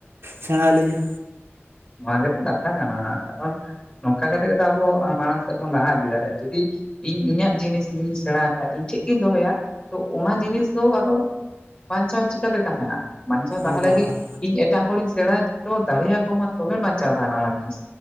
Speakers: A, on the right (about 60°); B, on the left (about 25°).
A: ᱥᱮᱬᱟ ᱟᱹᱞᱤᱧᱟ᱾
B: ᱱᱚᱶᱟ ᱜᱮᱛᱚ ᱠᱟᱛᱷᱟ ᱠᱟᱱᱟ, ᱠᱟᱨᱚᱱ ᱱᱚᱝ ᱠᱟ ᱠᱟᱛᱮ ᱠᱟᱛᱚ ᱟᱵᱚ, ᱢᱟᱲᱟᱝ ᱥᱮᱫ ᱵᱚᱱ ᱞᱟᱦᱟ ᱤᱫᱤ ᱫᱟᱲᱮᱭᱟᱜᱼᱟ, ᱡᱩᱫᱤ ᱤᱧ ᱤᱧᱟᱹᱜ ᱡᱤᱱᱤᱥ ᱤᱧ ᱥᱮᱬᱟ ᱠᱟᱜᱼᱟ, ᱤᱧ ᱴᱷᱮᱡ ᱜᱤᱧ ᱫᱚᱦᱚᱭᱟ, ᱛᱚ ᱚᱱᱟ ᱡᱤᱱᱤᱥ ᱫᱚ ᱟᱫᱚ ᱵᱟᱧᱪᱟᱣ ᱪᱤᱠᱟᱹ ᱛᱮᱭ ᱛᱟᱦᱮᱸᱱᱟ ᱵᱟᱧᱪᱟᱣ ᱛᱟᱦᱮᱸ
A: ᱟᱫᱚ
B: ᱞᱟᱹᱜᱤ
A: ᱵᱟᱠᱷᱟᱱ
B: ᱤᱧ ᱮᱴᱟᱜ ᱦᱚᱲᱤᱧ ᱥᱮᱬᱟ ᱦᱚᱪᱚ ᱫᱟᱲᱮᱭᱟᱠᱚ ᱢᱟ, ᱛᱚᱵᱮ ᱵᱟᱧᱪᱟᱣ ᱛᱟᱦᱮᱸᱱᱟ ᱚᱱᱟ ᱡᱤᱱᱤᱥ᱾